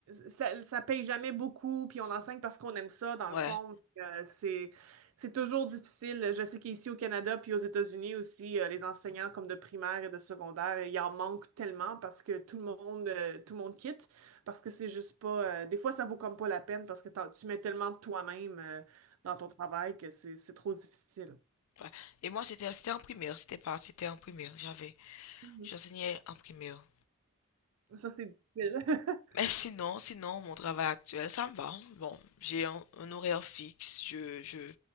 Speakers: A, on the right; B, on the left.
A: ça, ça paye jamais beaucoup, puis on enseigne parce qu'on aime ça, dans
B: ouais.
A: le fond. Euh, c'est, c'est toujours difficile. Je sais qu'ici au Canada, puis aux États-Unis aussi, euh, les enseignants comme de primaire et de secondaire, il en manque tellement parce que tout le monde, euh, tout le monde quitte, parce que c'est juste pas, euh, des fois, ça vaut comme pas la peine parce que t'en- tu mets tellement de toi-même, euh, dans ton travail que c'est, c'est trop difficile.
B: ouais. Et moi, c'était, c'était en primaire, c'était pas, c'était en primaire, j'avais,
A: Mhm.
B: j'enseignais en primaire.
A: Ça, c'est difficile. <laughs>
B: Mais sinon, sinon, mon travail actuel, ça me va. Bon, j'ai un, un horaire fixe. Je, je,